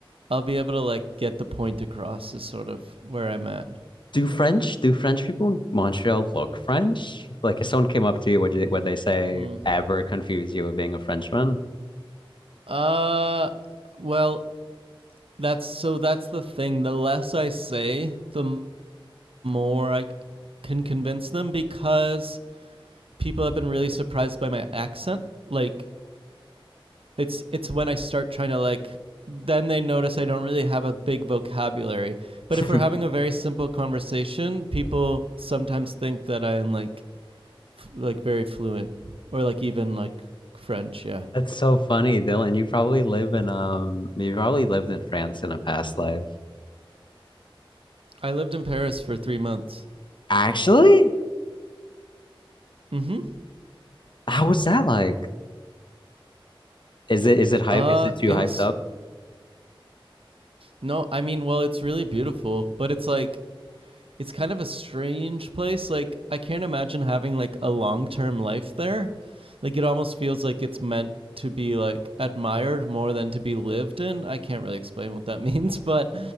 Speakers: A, on the right (about 80°); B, on the left (about 60°).
A: I'll be able to like get the point across is sort of where I'm at.
B: do French do French people in Montreal look French? Like if someone came up to you, would you would they say
A: Mm.
B: ever confuse you with being a Frenchman?
A: Uh well, that's so that's the thing. The less I say, the more I can convince them because people have been really surprised by my accent. Like it's it's when I start trying to like then they notice I don't really have a big vocabulary. But
B: <laughs>
A: if we're having a very simple conversation, people sometimes think that I am like f- like very fluent or like even like French, yeah.
B: That's so funny, Dylan. You probably live in um you probably lived in France in a past life.
A: I lived in Paris for 3 months.
B: Actually?
A: Mhm.
B: How was that like? Is it is it hype
A: Uh
B: is it too
A: it
B: hyped
A: was
B: up?
A: no, I mean, well, it's really beautiful, but it's like it's kind of a strange place. Like I can't imagine having like a long term life there. Like it almost feels like it's meant to be like admired more than to be lived in. I can't really explain what that <laughs> means, but